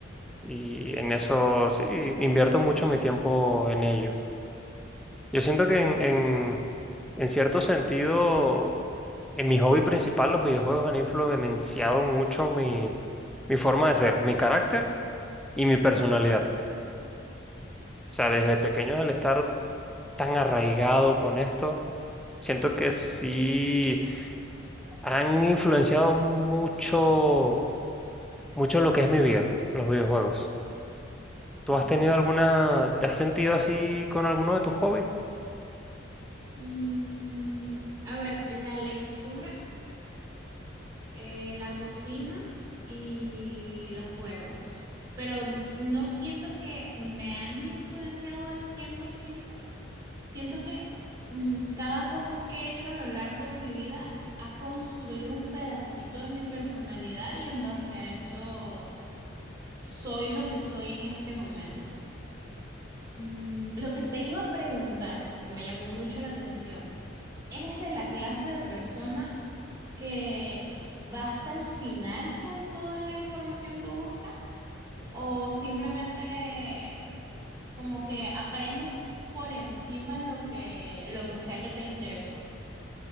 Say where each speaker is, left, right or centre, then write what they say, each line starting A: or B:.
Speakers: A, in the centre; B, on the right.
A: Y en eso sí, invierto mucho mi tiempo en ello. Yo siento que en, en, en cierto sentido, en mi hobby principal, los videojuegos han influenciado mucho mi, mi forma de ser, mi carácter y mi personalidad. O sea, desde pequeño al estar tan arraigado con esto, siento que sí han influenciado mucho mucho lo que es mi vida, los videojuegos. ¿Tú
B: Ok.
A: has tenido alguna, te has sentido así con alguno de tus hobbies?
B: Mm, a ver, la lectura, eh, la cocina y los juegos. Pero no siento que me han influenciado al cien por ciento Siento que mm, cada cosa que he hecho a lo largo de mi vida ha construido un pedacito de mi personalidad y en base a eso soy lo que soy en este momento. Mm, lo que te iba a preguntar, que me llamó mucho la atención. eres de la clase de persona que va hasta el final con toda la información que busca o simplemente como que aprendes por encima lo que, lo que sea que te interesó.